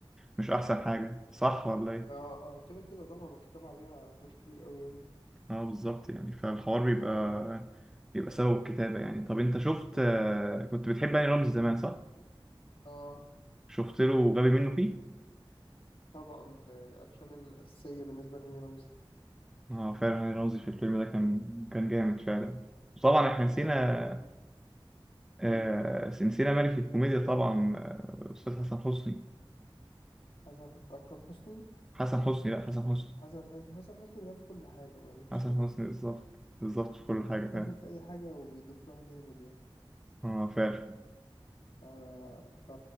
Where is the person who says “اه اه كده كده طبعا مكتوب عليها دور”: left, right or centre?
Left